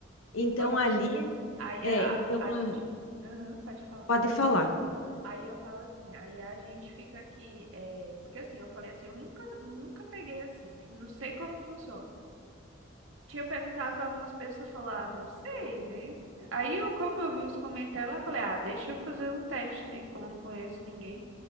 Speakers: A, on the left; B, on the right.
A: Então
B: Pois
A: ali,
B: é. Aí
A: é,
B: a,
A: então
B: a
A: a-
B: gente. Aham, pode falar.
A: pode falar.
B: Aí eu falo assim, aí a gente fica aqui. É... Porque assim, eu falei assim, eu nunca, nunca peguei assim, né? Não sei como funciona. Tinha perguntado para algumas pessoas, falar, ah, não sei, né? Aí eu, como eu vi os comentários lá, falei, ah, deixa eu fazer um teste, né? Como eu não conheço ninguém.